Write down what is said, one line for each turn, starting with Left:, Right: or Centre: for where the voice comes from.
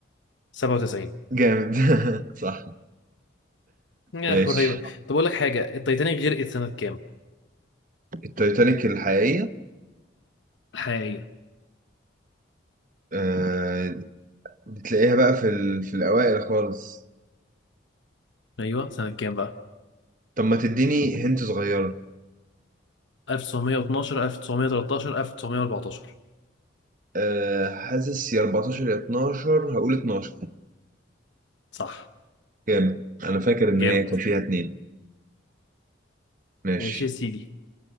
Left: 97
Right: جامد <laughs> صح
Left: آه
Right: ماشي
Left: قريبة طب اقول لك حاجة التايتانيك غرقت سنة كام؟
Right: التايتانيك الحقيقية
Left: الحقيقية
Right: آه بتلاقيها بقى في ال... في الأوائل خالص
Left: ايوه سنة كام بقى؟
Right: طب ما تديني هنت صغيرة
Left: 1912 1913 1914
Right: آه حاسس يا 14 يا 12 هقول 12
Left: صح
Right: جامد أنا فاكر إن
Left: جامد
Right: هي كان فيها اتنين ماشي
Left: ماشي يا سيدي